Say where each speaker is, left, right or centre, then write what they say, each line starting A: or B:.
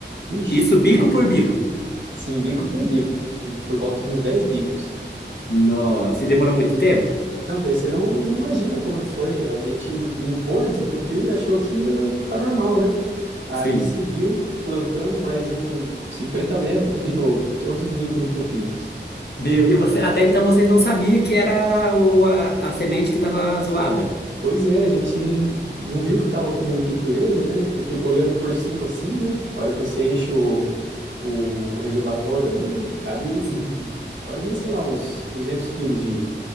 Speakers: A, on the right; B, on the left.
A: Vixe,
B: Isso
A: você
B: bico
A: não imagina.
B: por bico.
A: Sim, bico por bico, por volta de uns 10 bicos.
B: Nossa, e demorou muito tempo?
A: Não, daí você não, não imagina como é que foi. A gente limpou, né? Desentupiu e achou que ah, tá normal, né? Aí
B: Sim.
A: seguiu plantando mais um 50 metros de novo, todos os bicos entupidos.
B: Meu, E você, até então vocês não sabiam que era o, a, a semente que estava zoada.
A: Pois é, a gente não viu que estava com muita impureza, né? Porque olhando por cima assim, né? A hora que você enche o, o reservatório ali, né? Cabe
B: Sim.
A: hum, quase, sei lá, uns 200 quilos de,